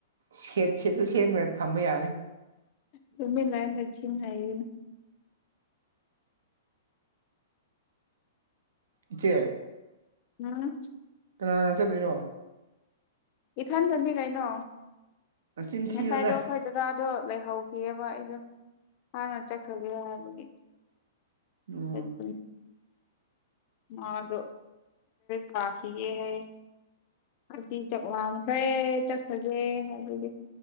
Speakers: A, on the right; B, on the left.
A: ꯁꯦꯠ ꯁꯦꯠꯇ ꯁꯦꯝꯈ꯭ꯔꯦ ꯊꯝꯕ ꯌꯥꯔꯦ
B: ꯇꯃꯤ ꯂꯅꯁꯤ ꯍꯥꯏꯅ
A: ꯏꯆꯦ
B: ꯎꯝ
A: ꯀꯅꯥꯅꯥ ꯆꯠꯂꯤꯔꯣ
B: ꯏꯊꯟꯗꯅꯤ ꯀꯩꯅꯣ
A: ꯅꯆꯤꯟ ꯊꯤꯅꯨꯗ
B: ꯉꯁꯥꯏꯗꯣ ꯑꯩꯈꯣꯏ ꯗꯥꯗꯣ ꯂꯩꯍꯧꯈꯤꯑꯕ ꯑꯩꯗꯣ ꯍꯥꯟꯅ ꯆꯠꯈ꯭ꯔꯒꯦ ꯍꯥꯏꯕꯒꯤ
A: ꯎꯝ
B: ꯆꯠꯄ ꯃꯥꯗꯣ ꯀꯥꯈꯤꯌꯦ ꯍꯥꯏ ꯑꯗꯨꯗꯤ ꯆꯥꯛ ꯋꯥꯝꯈ꯭ꯔꯦ ꯆꯠꯈ꯭ꯔꯒꯦ ꯑꯗꯨꯗꯤ